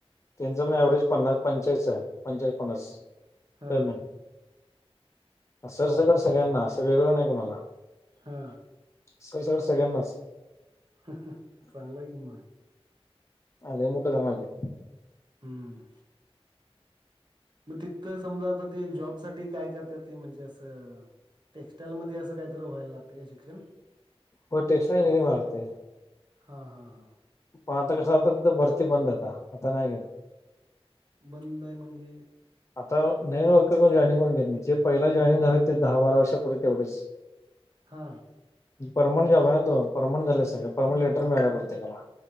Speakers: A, on the left; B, on the right.
A: त्यांच पण अँवरेज पन्नास पंचेचाळीसच हाय पंचेचाळीस पन्नास
B: हा
A: पेमेंट. सर सकट सगळ्यांना असं वेगळं नाही कुणाला.
B: हा.
A: सरसकट सगळ्यांनाच.
B: अहहह चांगलं हाय की मग.
A: अ लई मोठ काम हाय ते.
B: हम्म. मग तिथं समजा आता ते जॉब साठी काय करत्यात ते म्हणजे असं टेक्स्टाईल मध्ये असं काहीतरी व्हायला लागतंय का शिक्षण.
A: होय टेक्सटाईल इंजीनियरिंग व्हाय लागतंय.
B: हा हा हा.
A: पण आता कसं आता तिथं भरती बंद हाय आता आता नाही घेत.
B: बंद आहे म्हणजे.
A: आता नवीन वर्कर कोण जॉइनिंग करून घेत नाही जे पहिला जॉईनिंग झाले ते दहा बारा वर्षापूर्वी तेवढेच.
B: हा.
A: परमनंट जॉब आहे ना तो परमनंट झाले सगळे परमनंट लेटर मिळाला प्रत्येकाला.